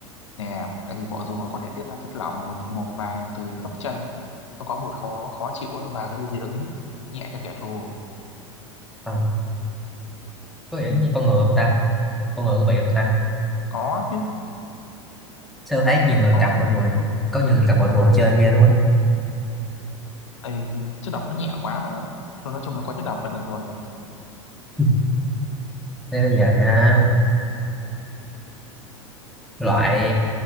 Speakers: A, on the left; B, in the centre.
A: nè tại vì bọ rùa có thể tiết ra chất lỏng màu màu vàng từ khớp chân nó có mùi khó khó chịu ấy và gây dị ứng nhẹ cho kẻ thù
B: Ờ, có vẻ
A: ừ.
B: như con ngựa không ta con ngựa có bị không ta
A: có chứ
B: sao thấy nhiều người
A: có
B: cầm bỏ
A: chứ.
B: rùi có nhiều người cầm bỏ rùi chơi ghê luôn á
A: tại vì chất độc nó nhẹ quá mà thôi nói chung là có chất độc là được rồi
B: <laughs> thế bây giờ nha loại